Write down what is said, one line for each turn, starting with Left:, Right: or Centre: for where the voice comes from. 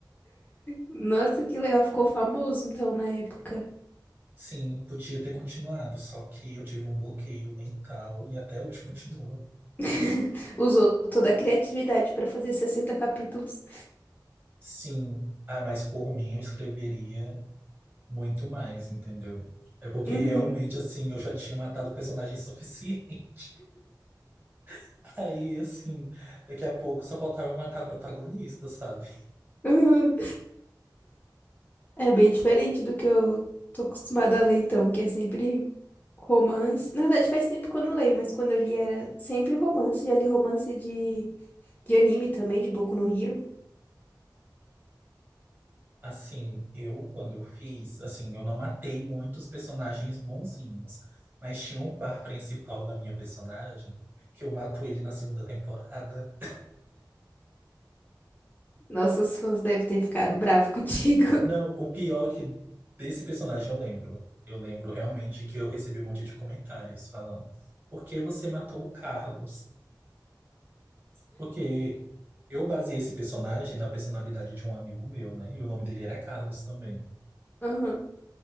Left: Nossa, que legal, ficou famoso então na época.
Right: Sim, podia ter continuado, só que eu tive um bloqueio mental e até hoje continua.
Left: <laughs> Usou toda a criatividade pra fazer 60 capítulos.
Right: Sim, ah, mas por mim eu escreveria Muito mais, entendeu? É porque
Left: Uhum.
Right: realmente, assim, eu já tinha matado o personagem suficiente. <laughs> Aí, assim, daqui a pouco só faltava matar a protagonista, sabe?
Left: Uhum. É bem diferente do que eu tô acostumada a ler então, que é sempre Romance. Na verdade, faz tempo que eu não leio, mas quando eu li era sempre romance. Já li romance de, de anime também, de Boku no Hero.
Right: Assim, eu, quando eu fiz, assim, eu não matei muitos personagens bonzinhos, mas tinha um par principal da minha personagem, que eu mato ele na segunda temporada.
Left: Nossos fãs devem ter ficado bravo <laughs> contigo.
Right: Não, o pior é que desse personagem eu lembro. Eu lembro realmente que eu recebi um monte de comentários falando, por que você matou o Carlos? Porque eu baseei esse personagem na personalidade de um amigo meu, né? E o nome dele era Carlos também.
Left: Aham.